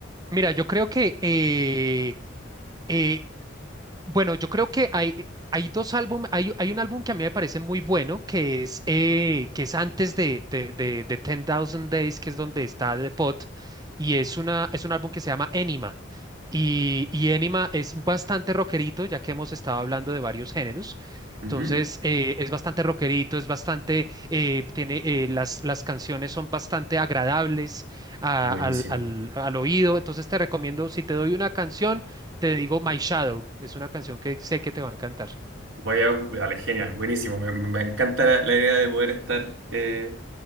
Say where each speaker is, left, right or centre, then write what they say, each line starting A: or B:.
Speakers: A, on the right; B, on the right.
A: Mira, yo creo que eh, eh, Bueno, yo creo que hay, eh, hay dos álbumes, hay, hay un álbum que a mí me parece muy bueno, que es, eh, que es antes de, de, de, de ten Thousand Days, que es donde está The Pot, y es, una, es un álbum que se llama Enima. Y, y Enima es bastante rockerito, ya que hemos estado hablando de varios géneros.
B: Ujú.
A: Entonces, eh, es bastante rockerito, es bastante, eh, tiene, eh, las, las canciones son bastante agradables a-
B: Buenísimo.
A: al, al al oído. Entonces, te recomiendo, si te doy una canción, te digo My Shadow, es una canción que sé que te va a encantar.
B: Voy a, vale, genial, buenísimo. Me, me- me encanta la, la idea de poder estar eh,